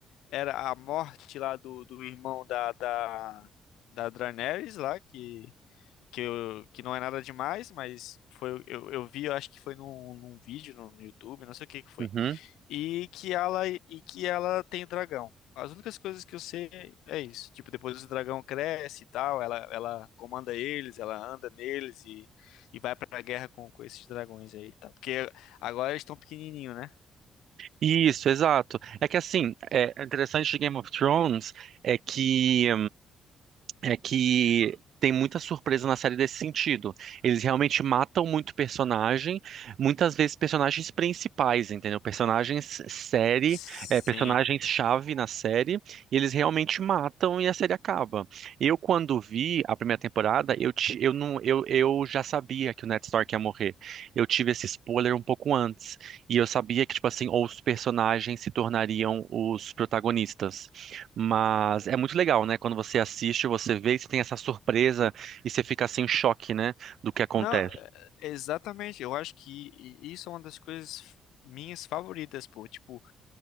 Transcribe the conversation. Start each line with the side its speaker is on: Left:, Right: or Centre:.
Left: era a morte lá do, do irmão da, da, da Daenerys lá, que, que, eu, que não é nada demais, mas foi, eu, eu vi, eu acho que foi num, num vídeo no, no YouTube, não sei o que que foi
Right: Uhum.
Left: e que ela e que ela tem dragão. As únicas coisas que eu sei é isso. Tipo, depois o dragão cresce e tal, ela, ela comanda eles, ela anda neles e, e vai pra guerra com, com esses dragões aí, tá? Porque agora eles estão pequenininho, né?
Right: Isso, exato. É que assim, é é interessante de Game of Thrones é que é que tem muita surpresa na série desse sentido. Eles realmente matam muito personagem, muitas vezes personagens principais, entendeu? Personagens série,
Left: Sim.
Right: é, personagens-chave na série, e eles realmente matam e a série acaba. Eu, quando vi a primeira temporada, eu, ti- eu, não, eu, eu já sabia que o Ned Stark ia morrer. Eu tive esse spoiler um pouco antes, e eu sabia que, tipo assim, ou os personagens se tornariam os protagonistas. Mas é muito legal, né? Quando você assiste, você vê e você tem essa surpresa e você fica assim em choque, né? Do que acontece.
Left: Não, é- exatamente. Eu acho que i- isso é uma das coisas minhas favoritas, pô. Tipo,